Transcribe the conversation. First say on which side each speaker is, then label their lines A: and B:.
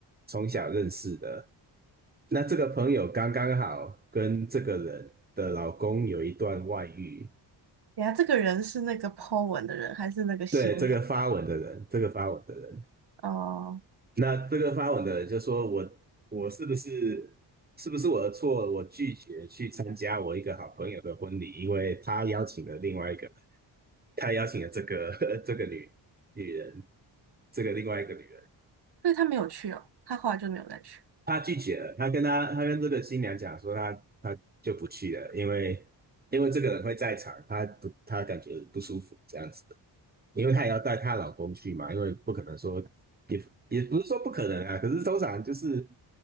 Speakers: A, on the right (about 20°); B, on the right (about 60°).
A: 从小认识的。那这个朋友刚刚好跟这个人的老公有一段外遇，
B: 等下这个人是那个 po 文的人，还是那个新娘？
A: 对，这个发文的人，这个发文的人。
B: 哦，
A: 那这个发文的人就说我我是不是是不是我的错？我拒绝去参加我一个好朋友的婚礼，因为他邀请了另外一个人，他邀请了这个 <laughs> 这个女女人，这个另外一个女人，
B: 所以他没有去哦，他后来就没有再去。
A: 他拒绝了。他跟他他跟这个新娘讲说他他就不去了，因为因为这个人会在场，他不他感觉不舒服这样子。的。因为她也要带她老公去嘛，因为不可能说也也不是说不可能啊，可是通常就是